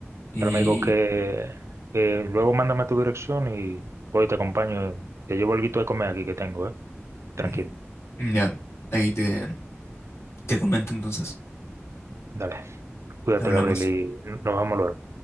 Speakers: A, on the left; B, on the right.
A: Y
B: Pero me dijo que, que luego mándame tu dirección y voy y te acompaño. Te llevo algo de comer aquí que tengo, ¿eh?
A: <laughs>
B: Tranquilo.
A: mm, ya, ahí te, te comento entonces.
B: Dale. Cuídate,
A: Hablamos.
B: Gabriel, y nos vamos luego.